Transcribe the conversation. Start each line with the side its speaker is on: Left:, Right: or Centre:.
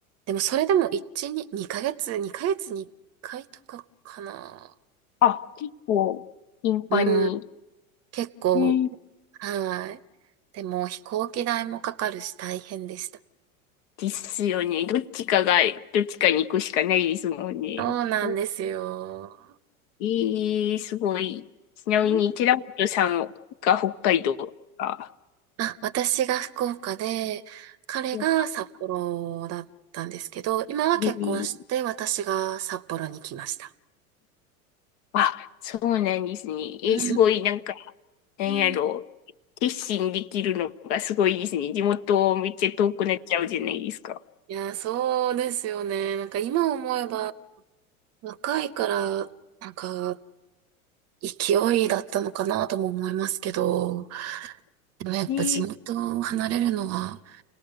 Right: でもそれでも1、2、2ヶ月、2ヶ月に1回とかかな。
Left: あ、結構、頻繁に。
Right: うん、結構、
Left: うん
Right: はい。でも飛行機代もかかるし大変でした。
Left: ですよね。どっちかが、どっちかに行くしかないですもんね。
Right: そうなんですよ。
Left: おえー、すごい。ちなみに、
Right: うん
Left: 寺本さんが北海道か。
Right: あ、私が福岡で、彼が札幌だったんですけど、
Left: そうか
Right: 今は結婚して私が札幌に来ました。
Left: えーあ、そうなんですね。えー、
Right: うん。
Left: すごい、なんか、なんやろう。
Right: うん
Left: 決心できるのがすごいですね。地元めっちゃ遠くなっちゃうじゃないですか。
Right: いや、そうですよね。なんか今思えば若いから、なんか勢いだったのかなとも思いますけど、でもやっぱ地元を離れるのは、
Left: ね、